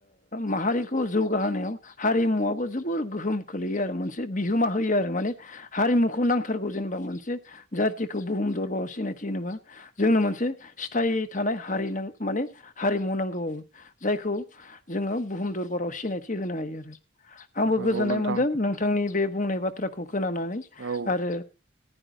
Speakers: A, on the left; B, on the right.
A: माहारिखौ जौगाहोनायाव हारिमुवाबो जोबोर गोहोम खोलैयो आरो मोनसे बिहोमा होयो आरो माने हारिमुखौ नांथारगौ जेनेबा मोनसे जाथिखौ बुहुम दरबाराव सिनायथि होनोबा जोंनो मोनसे सिथाय थानाय हारि न माने हारिमु नांगौबो जायखौ जोङो बुहुम दरबाराव सिनायथि होनो हायो आरो आंबो
B: नंगौ
A: गोजोननाय
B: नोंथां
A: मोनदों नोंथांनि बे बुंनाय बाथ्राखौ खौ खोनानानै
B: औ
A: आरो